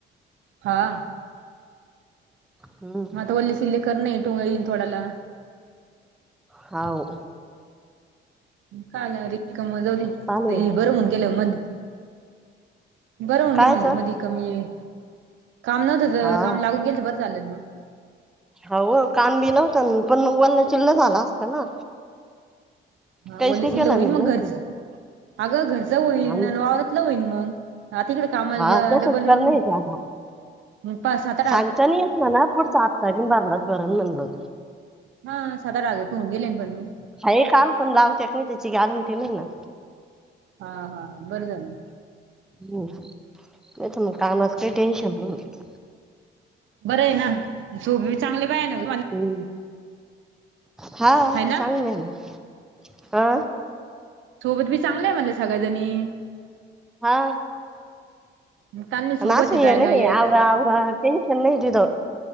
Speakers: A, on the right; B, in the centre.
A: हा!
B: हम्म
A: मग आता वल्लेसिल्ले कर नाही टो येईन थोड्याला.
B: हाव.
A: काला रिकाम जाऊदे.
B: पाणी
A: ते बर हुन गेल्याव म बर हुन
B: कायच
A: घे म्हणल मधी कमी ये. काम नव्हत तर
B: हा
A: काम लागून गेल तर बर झाल मग
B: हाव काम बी नव्हत पण मग वल्ला चिल्ल झाला असता ना?
A: हा
B: काहीच
A: वल्लचिल्ल
B: नाही केलं
A: हुईल
B: मी
A: मग
B: माहिती
A: घरच. अग घरच हुईल
B: का आम
A: नं वावराच वल्ल हुईल मग. हा तिकड कामाच्या
B: हा तसंच
A: डबल
B: करणं
A: मग
B: येते आता
A: पाच सहा च
B: सांगता नाही येत म्हणा ना पुढचा हप्ता आजुन भरला. भरल नंतर
A: सात आठ हजार रुपये राग आहे होऊन गेले पण मग
B: हाये काम पण लावत्या का नाही त्याची गॅरंटी नायी ना.
A: हा हा बरं झाल.
B: हम्म नाही तर मग कामाच काही टेन्शन नाहीये.
A: बर आहे ना झोपेत चांगली बाई हाय
B: हम्म हा हाव
A: हाय ना
B: चांगलये ना आ
A: सोबत बी चांगल्याये म्हणल सगळ्याजणी.
B: हा!
A: काल नाही सोबत
B: आस
A: आहे
B: हे
A: जायला
B: नाई
A: यायला
B: आवरा आवरा टेनशन नाही तिथ.